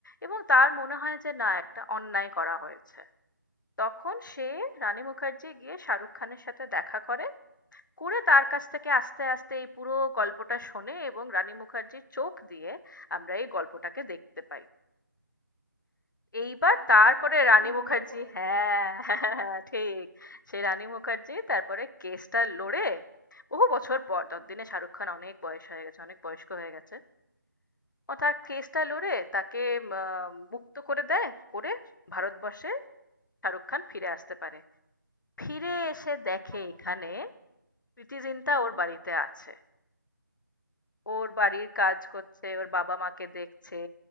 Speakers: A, on the left; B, on the right.
A: এবং তার মনে হয় যে না একটা অন্যায় করা হয়েছে তখন সে রানী মুখার্জি গিয়ে শাহরুখ খানের সাথে দেখা করে করে তার কাছ থেকে আস্তে আস্তে এই পুরো গল্পটা শোনে এবং রানী মুখার্জির চোখ দিয়ে আমরা এই গল্পটাকে দেখতে পাই এইবার
B: হ্যাঁ
A: তারপরে
B: আমার
A: রানী
B: মনে
A: মুখার্জি
B: পড়েছে
A: হ্যাঁ <laughs> ঠিক সেই রানী মুখার্জি তারপরে কেসটা লড়ে বহু বছর পর ততদিনে শাহরুখ খান অনেক বয়স হয়ে গেছে অনেক বয়স্ক হয়ে গেছে ও তার কেসটা লড়ে তাকে উম, আহ, মুক্ত করে দেয় করে ভারতবর্ষে শাহরুখ খান ফিরে আসতে পারে ফিরে এসে দেখে
B: আর
A: এখানে প্রীতি জিন্টা
B: হুম
A: ওর বাড়িতে আছে ওর বাড়ির কাজ করছে, ওর বাবা মা কে দেখছে,